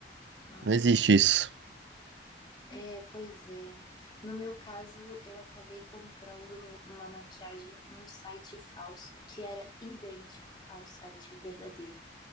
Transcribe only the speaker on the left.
aham.
É, pois é. No meu caso, eu acabei comprando uma maquiagem num site falso que era idêntico ao site verdadeiro.